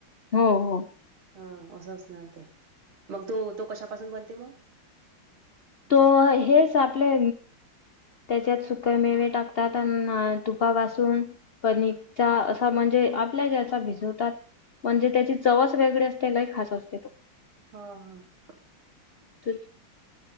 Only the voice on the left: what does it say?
हो हो
तो हेच आपले त्याच्यात सुक मेवे टाकतात अ तुपा बासून पणचा असा म्हणजे आपल्या ज्याचा भिजवतात म्हणजे त्याची चवस वेगळी असते काही खास असते तो
ते